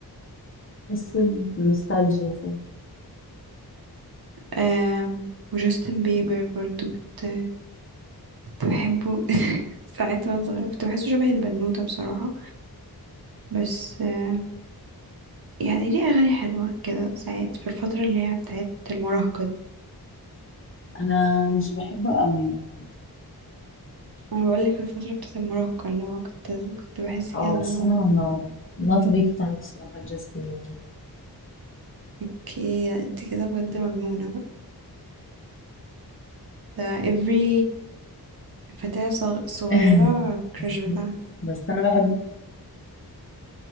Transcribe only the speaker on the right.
آم وجاستن بيبر برضو كنت كنت بحبه <laughs> ساعات وانا صغيرة كنت بحسه شبه البنوتة بصراحة بس آه، يعني ليه أغاني حلوة كده ساعات في الفترة اللي هي بتاعت المراهقة دي
أنا بقولك في الفترة بتاعت المراهقة اللي هو كنت كنت بحس كده
اللي
هو
اوكي انت كده بجد مجنونة بقى ده every فتاة صغ- صغيرة
كراش بتاعها